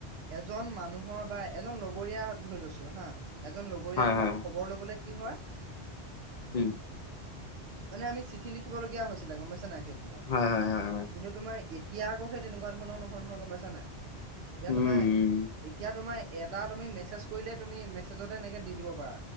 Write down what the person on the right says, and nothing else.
এজন মানুহৰ বা এজন লগৰীয়া ধৰি লৈছো হা এজন লগৰীয়া
তোমাৰ
ঘৰলে গ'লে কি হয়।
মানে আমি চিঠি লিখিবলগীয়া হৈছিলে গ'ম পাইছানে নাই সেই সময়ত।
কিন্তু তোমাৰ এতিয়া আকৌ সেই তেনেকুৱা ধৰণৰ নহয় নহয় গ'ম পাইছানে নাই। এতিয়া
তোমাৰ,
এতিয়া তোমাৰ। এটা তুমি মেছেজ কৰিলে তুমি মেছেজতে এনেকে দি দিব পাৰা।